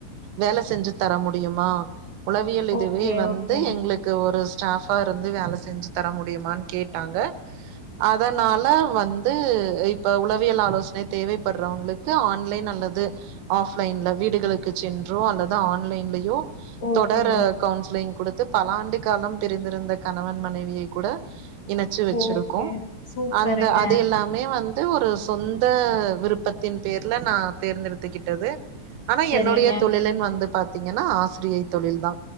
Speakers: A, on the right; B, on the left.
A: வேலை செஞ்சி தர முடியுமா உளவியல் இதுவே
B: ஓகே
A: வந்து
B: ஓகே
A: எங்களுக்கு ஒரு ஸ்டாப் இருந்து வேல செஞ்சி தர முடியுமான்னு கேட் டாங்க அதனால வந்து இப் ப உளவியல் ஆலோசனை தேவைப்படுறவங்களுக்கு ஆன்லைன் அல்லது ஆஃப் லயன்ல வீடுகளுக்கு சென்றோ அல்லது ஆன்லைன்லயோ
B: ஓகே
A: தொடர
B: ஓ
A: கவுன்சிலிங் குடுத் து பல ஆண்டு காலம் பிரிந்திருந்த கணவன் மனைவியை கூட இணைச்சி வச்சிருக்கோ
B: ஓகே சூப்பருங்க
A: அந்த அது எல்லாமே வந்து ஒரு சொந்த விருப்பத்தின் பேர்ல நா தேர்ந்தெடுத்துக்கிட்டது ஆனா
B: சரிங்க
A: என்னுடைய தொழிலுன் வந்து பாத்தீங்கன்னா ஆசிரியை தொழில் தா